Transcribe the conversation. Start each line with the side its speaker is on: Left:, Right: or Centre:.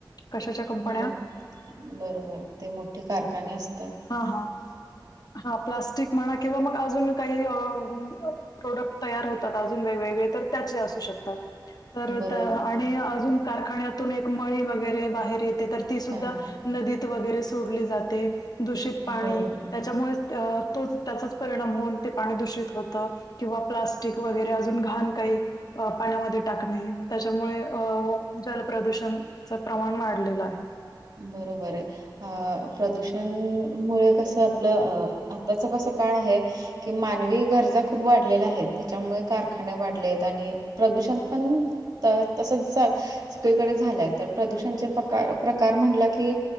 Left: कशाच्या कंपन्या
Right: बरोबर बरोबर ते मोठे कारखाने असं
Left: हा हा हा प्लास्टिक म्हणा किंवा मग अजून काही अ अ प्रोडक्ट तयार होतात अजून वेगवेगळे तर त्याचे असू शकतात. तर
Right: बरोबर
Left: त आणि अजून कारखान्यातून एक मळी वगैरे बाहेर येते तर ती सुद्धा
Right: पाणी
Left: नदीत वगैरे सोडली जाते दूषित पाणी
Right: बरोबर
Left: त्याच्यामुळे तोच त्याचाच परिणाम होऊन ते पाणी दूषित होत किंवा प्लास्टिक वगैरे अजून घाण काही पाण्यामध्ये टाकणे. त्याच्यामुळे अ जलप्रदूषणच प्रमाण वाढलेलं आहे.
Right: बरोबरये. अ प्रदूषण मुळे कसं आपलं अ आताच कस काळ आहे. कि मानवी गरजा खूप वाढलेल्या आहेत त्याच्यामुळे कारखाने वाढलेत आणि प्रदूषण पण त तसच सगळीकडे झालंय तर प्रदूषणचे पकार प्रकार म्हटला की